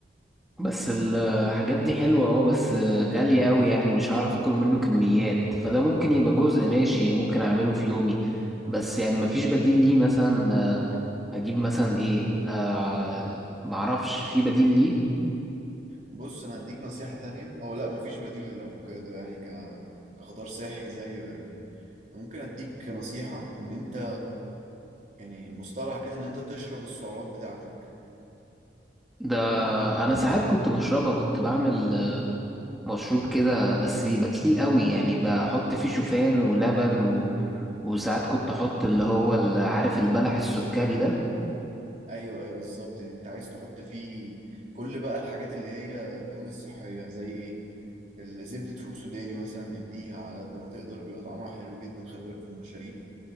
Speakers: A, in the centre; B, on the right (about 40°).
A: بس الحاجات دي حلوة اه بس غالية قوي يعني مش هعرف اكل منه كميات فده ممكن يبقى جزء ماشي ممكن اعمله في يومي بس يعني مفيش بديل ليه مثلا آه، اجيب مثلا ايه آه معرفش في بديل ليه
B: بص انا هديك نصيحة تانية او لا مفيش بديل للافوكادو يعني ك كخضار صحي زيه يعني ممكن اديك نصيحة ان انت يعني مصطلح كده ان انت تشرب السعرات بتاعتك
A: ده انا ساعات كنت بشربها كنت بعمل مشروب كده بس بيبقى تقيل قوي يعني بحط فيه شوفان ولبن و... وساعات كنت احط اللي هو ال- عارف البلح السكري ده
B: ايوه ايوه بالظبط يعني انت عايز تحط فيه كل بقى الحاجات اللي هي الدهون الصحيه زي ايه الزبدة فول سوداني مثلا اديها على قد ما تقدر بيبقى طعمها حلو جدا خلي بالك في المشاريب